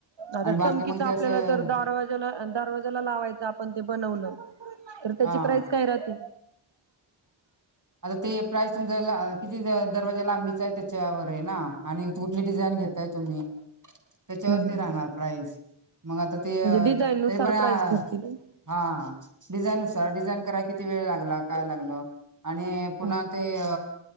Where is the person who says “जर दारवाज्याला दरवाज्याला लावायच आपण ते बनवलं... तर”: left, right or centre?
Right